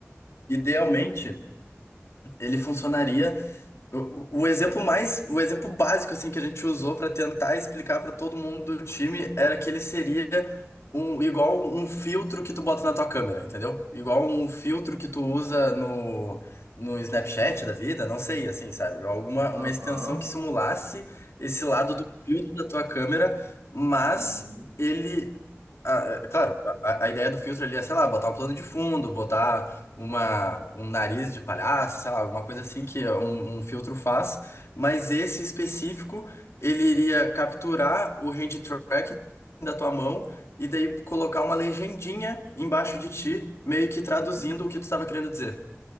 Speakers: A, on the left (about 65°); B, on the right (about 45°).
A: Idealmente, ele funcionaria. O o exemplo mais, o exemplo básico assim que a gente usou para tentar explicar para todo mundo do time era que ele seria um, igual um filtro que tu bota na tua câmera, entendeu? Igual um filtro que tu usa no, no Snapchat da vida, não sei, assim, sabe? Alguma
B: Aham,
A: uma extensão que simulasse esse lado do filtro da tua câmera, mas
B: uhum,
A: ele, ah, é claro, a, a ideia do filtro ali é, sei lá, botar um plano de fundo, botar uma, um nariz de palhaço, sei lá, alguma coisa assim que um, um filtro faz, mas esse específico, ele iria capturar o hand tracking da tua mão e daí colocar uma legendinha embaixo de ti, meio que traduzindo
B: do que tá.
A: o que tu estava querendo dizer.